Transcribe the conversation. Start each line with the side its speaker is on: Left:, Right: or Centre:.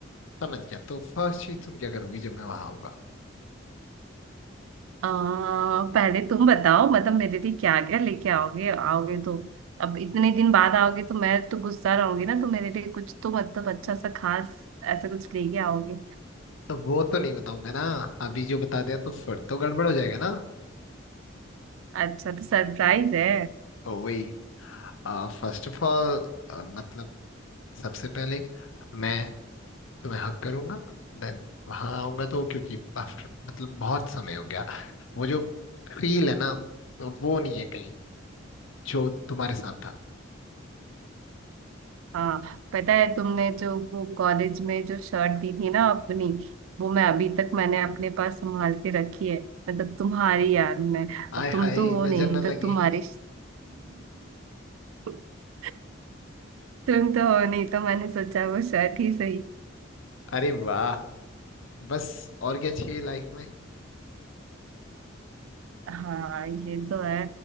Left: समझ गया तो फर्स्ट चीज तुम क्या करोगी जब मैं वहां आऊंगा
Right: आ, पहले तुम बताओ मतलब मेरे लिए क्या क्या लेके आओगे आओगे तो अब इतने दिन बाद आओगे तो मैं तो गुस्सा रहूंगी ना तो मेरे लिए कुछ तो मतलब अच्छा सा खास ऐसा कुछ लेके आओगे
Left: तो वो तो नहीं बताऊंगा ना अभी जो बता दिया तो फिर तो गड़बड़ हो जाएगा ना
Right: अच्छा तो सरप्राइज है
Left: ओ वही फर्स्ट ऑफ ऑल मतलब सबसे पहले मैं तुम्हें हक करूंगा देन वहां आऊंगा तो क्योंकि आफ्टर मतलब बहुत समय हो गया वो जो फील है ना तो वो नहीं है कहीं जो तुम्हारे साथ था
Right: हाँ पता है तुमने जो वो कॉलेज में जो शर्ट दी थी ना अपनी वो मैं अभी तक मैंने अपने पास संभाल के रखी है मतलब तुम्हारी याद में अब
Left: आय
Right: तुम
Left: हाय
Right: तो हो
Left: नजर
Right: नहीं
Left: न
Right: तो
Left: लगे
Right: तुम्हारी <laughs> तुम तो हो नहीं तो मैंने सोचा वो शर्ट ही सही
Left: अरे वाह बस और क्या चाहिए लाइफ में
Right: हाँ ये तो है